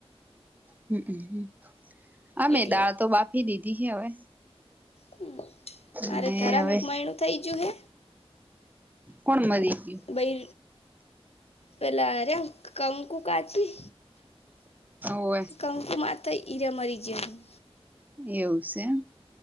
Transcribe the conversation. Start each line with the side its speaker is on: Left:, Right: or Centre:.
Right: હમ અ અમે
Left: એટલે
Right: દાળ તો બાફી દીધી હે હવે
Left: હમ
Right: અને
Left: અરે થરામ
Right: હવે
Left: એક મહિણું થઇ જ્યું હે?
Right: કોણ મરી ગયું?
Left: બઈ પેલા આ રયા કંકુ કાચી
Right: હોવે
Left: કંકુમાં તો ઈ રયા મરી જ્યાં હે.
Right: એવું સે એમ.